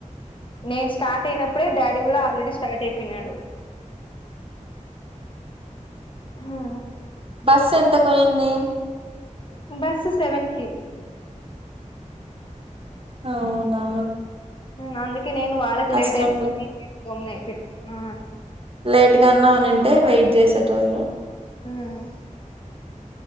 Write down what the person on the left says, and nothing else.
నేను స్టార్ట్ అయినప్పుడే డాడీ కూడా ఆల్రెడీ స్టార్ట్ అయిపో పొయినాడు హా
బస్సు సెవెన్ కి
ఉమ్ అందుకే నేను వాళ్ళకి
లేట్ అయితుంది అని గొమ్నా అయిపోయినా ఆ ఆ
ఉమ్